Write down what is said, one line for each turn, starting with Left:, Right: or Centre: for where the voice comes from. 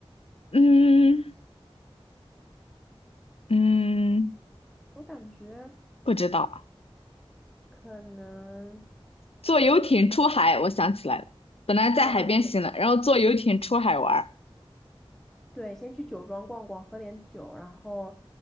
Left: 嗯嗯，
Centre: 我感觉
Left: 不知道啊
Centre: 可能
Left: 坐游艇出海，我想起来了，本来在海边行了，
Centre: 啊，对
Left: 然后坐游艇出海玩儿。
Centre: 对，先去酒庄逛逛，喝点酒，然后